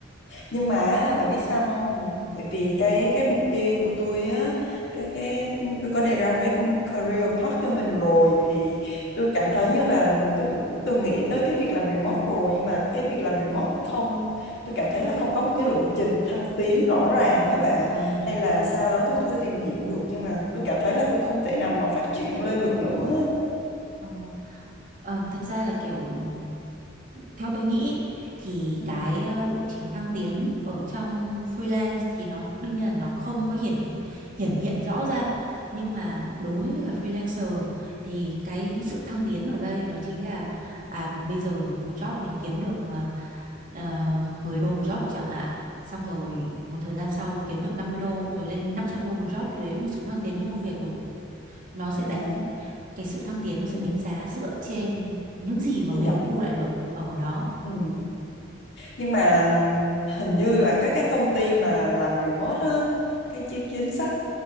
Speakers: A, on the left; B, on the right.
A: nhưng mà bà biết sao không bởi vì cái cái mục tiêu của tôi á cái cái tôi có đề ra một cái career path cho mình rồi thì tôi cảm thấy như là tôi cũng từng nghĩ tới cái việc làm remote rồi nhưng mà cái việc làm remote không tôi cảm thấy là không có một cái lộ trình thăng tiến rõ ràng với bà
B: À, đúng
A: hay là
B: rồi, cái
A: sau
B: đấy thì
A: đó
B: đúng.
A: tôi chưa tìm hiểu được nhưng mà tôi cảm thấy là tôi không thể nào mà phát triển lên được nữa
B: Ờ, Ờ, thật ra là kiểu ừm, theo tôi nghĩ thì
A: ừ.
B: cái ờ, lộ trình thăng tiến ở trong freelance thì nó đương nhiên là nó không có hiển thị- hiển hiện rõ ra nhưng mà đối với cả freelancer thì cái sự thăng tiến ở đây đó chính là à một bây giờ một job mình kiếm được ờ, ờ, 10 đô một job đi chẳng hạn xong rồi một thời gian sau kiếm được 50 đô rồi lên 500 đô một job thì đấy là một sự thăng tiến trong công việc rồi nó sẽ
A: à
B: đánh cái sự thăng tiến nó sẽ
A: ừ.
B: đánh giá dựa trên những gì mà
A: thu
B: mình
A: nhập
B: thu lại được ở đó
A: ừ. nhưng mà hình như là các cái công ty mà làm remote á, cái chi- chính sách